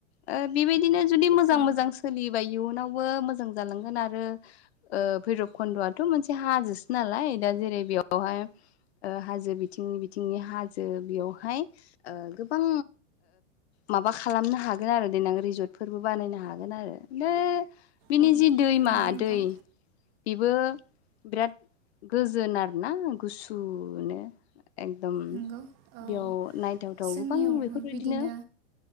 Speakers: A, on the left (about 55°); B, on the right (about 35°).
A: ओ बेबायदिनो जुदि मोजां
B: औ
A: मोजां सोलियोबा इयुनावबो मोजां जालांगोन आरो ओ भैरबकन्द'आथ' मोनसे हाजोसो नालाय दा जेरै बेयावहाय ओ हाजो बिथिंनि बिथिंनि हाजो बेयावहाय ओ गोबां माबा खालामनो हागोन आरो देनां रिजर्टफोरबो बानायनो हागोन आरो बिनि
B: औ
A: जि दैमा
B: नंगौ नोंथां
A: दै बेबो बिराद गोजोन आरोना गुसुनो एकदम
B: नंगौ
A: बेयाव
B: औ
A: नायथावथाव
B: जोंनियावबो
A: गोबां बेफोरबायदिनो
B: बिदिनो